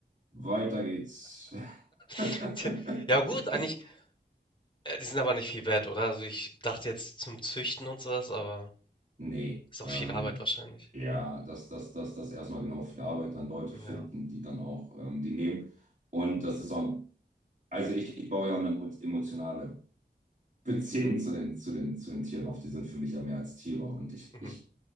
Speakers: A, on the right (about 45°); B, on the left (about 25°).
A: Weiter geht's. <laughs>
B: <laughs> Tja, Ja gut, eigentlich, äh, die sind aber nicht viel wert, oder? Also ich dachte jetzt zum Züchten und sowas, aber
A: Nee,
B: Ist auch
A: ähm,
B: viel Arbeit wahrscheinlich.
A: ja, dass, dass, dass, dass erstmal genau für die Arbeit dann Leute
B: Ja,
A: finden, die dann auch ähm, die nehmen. Und das ist auch, also ich, ich baue ja auch eine emo- emotionale Beziehung zu den, zu den, zu den Tieren auf. Die sind für mich ja mehr als Tiere und ich,
B: mhm.
A: ich